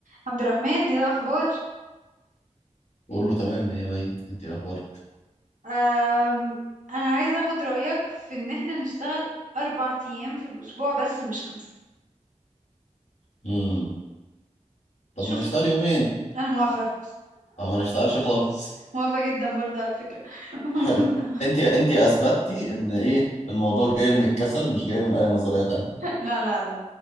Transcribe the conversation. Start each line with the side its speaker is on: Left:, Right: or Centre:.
Right: عبد الرحمن ايه الاخبار
Left: بقول له تمام مية مية انت إيه اخبارك
Right: أم انا عايزه اخد رايك في ان احنا نشتغل اربع ايام في الاسبوع بس مش خمسه
Left: امم طب
Right: شفت
Left: ما نشتغل يومين
Right: انا موافقه
Left: او ما نشتغلش خالص
Right: موافقه جدا برضه على فكره <laughs>
Left: حلو انت انت اثبتتي ان ايه الموضوع جاي من الكسل مش جاي من اي نظرية تانية
Right: لا لا لا